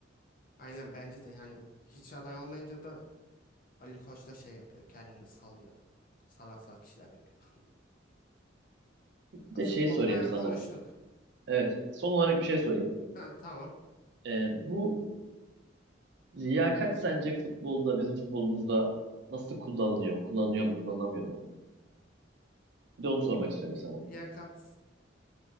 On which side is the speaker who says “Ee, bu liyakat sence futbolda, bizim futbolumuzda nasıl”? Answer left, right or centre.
Right